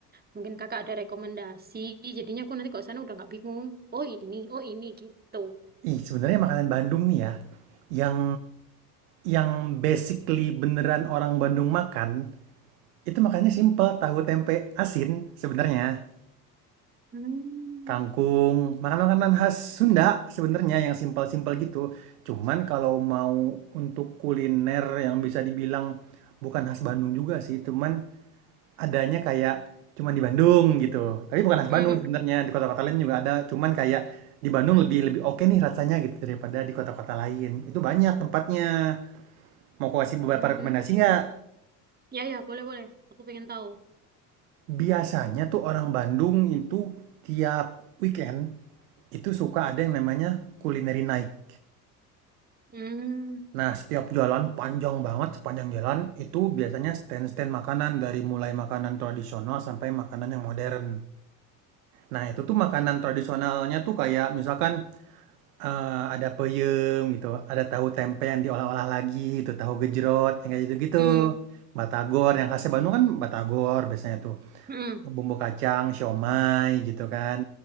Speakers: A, on the right; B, on the right.
A: Mungkin Kakak ada rekomendasi. Jadinya aku nanti kalau sana udah nggak bingung. Oh ini, oh ini gitu.
B: Ih, sebenarnya makanan Bandung nih ya, yang yang basically beneran orang Bandung makan, itu makannya simple, tahu tempe asin sebenarnya.
A: Hmm,
B: Kangkung, makanan-makanan khas Sunda sebenarnya yang simpel-simpel gitu. Cuman kalau mau untuk kuliner yang bisa dibilang bukan khas Bandung juga sih, cuman Adanya kayak cuman di Bandung gitu, tapi bukan
A: hmm,
B: khas Bandung sebenarnya, di kota-kota lain juga ada, cuman kayak di Bandung lebih lebih oke nih rasanya gitu daripada di kota-kota lain. Itu banyak tempatnya. Mau aku kasih beberapa
A: hmm.
B: rekomendasi nggak?
A: Ya ya boleh boleh. Aku pengen tahu.
B: Biasanya tuh orang Bandung itu tiap weekend itu suka ada yang namanya culinary night.
A: Hmm,
B: Nah, setiap jalan panjang banget, sepanjang jalan itu biasanya stand-stand makanan dari mulai makanan tradisional sampai makanan yang modern. Nah, itu tuh makanan tradisionalnya tuh kayak misalkan, eee, ada peyem gitu, ada tahu tempe yang diolah-olah lagi itu, tahu gejrot yang kayak gitu-gitu,
A: hmm,
B: batagor yang khasnya Bandung kan batagor biasanya tuh,
A: hmm.
B: bumbu kacang, siomay gitu kan.